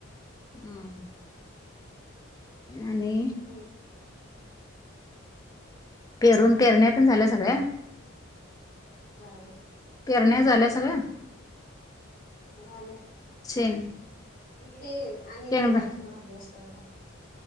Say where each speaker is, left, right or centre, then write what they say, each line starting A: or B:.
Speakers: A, on the left (about 15°); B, on the left (about 45°).
A: हम्म आणि
B: अं
A: पेरून पेरण्यात झाल्या सगळ्या
B: झाले
A: पेरण्या झाल्या सगळ्या
B: झालं
A: शेंग
B: ते आणि
A: शेंगदा
B: जेवल्यानंतर भांडले असल्यानंतर.